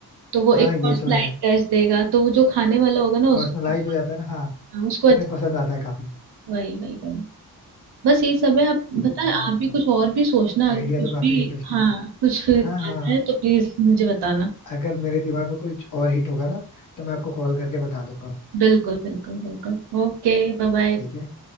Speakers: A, on the right (about 80°); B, on the left (about 50°).
A: तो वो
B: हाँ
A: एक
B: ये
A: और स्लाइड
B: तो है
A: टच देगा तो वो जो खाने वाला होगा ना उसको
B: पर्सनलाइज हो जाता है ना हाँ
A: हाँ, उसको अच्छा
B: उन्हें पसंद आता है काफी
A: वही वही वही बस यही सब है आप बताए
B: ठीक है यार आपका
A: आप भी कुछ और भी सोचना अगर
B: आइडिया
A: कुछ
B: तो काफी
A: भी
B: इंटरेस्टिंग
A: हाँ
B: है
A: कुछ आता
B: हाँ हाँ
A: है तो प्लीज मुझे बताना
B: अगर मेरे दिमाग में कुछ और हिट होगा ना तो मैं आपको कॉल करके बता दूंगा
A: बिल्कुल बिल्कुल बिल्कुल Okay bye bye
B: ठीक है